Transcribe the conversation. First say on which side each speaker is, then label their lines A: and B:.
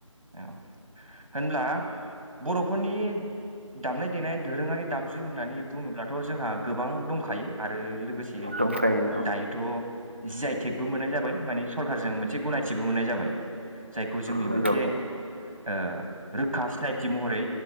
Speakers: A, on the right (about 85°); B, on the right (about 20°).
A: औ होनब्ला बर'फोरनि दामनाय देनाय दोरोङारि दामजु होननानै बुङोब्लाथ जोंहा गोबां दंखायो आरो लोगोसे
B: दंखायो नंगौ
A: दायोथ जि आइ टेकबो मोननाय जाबाय माने सरखारारजों मोनसे गनायथिबो मोननाय जाबाय जायखौ जोंनि
B: नंगौ
A: मोनसे ओ रोखा सिनायथि महरै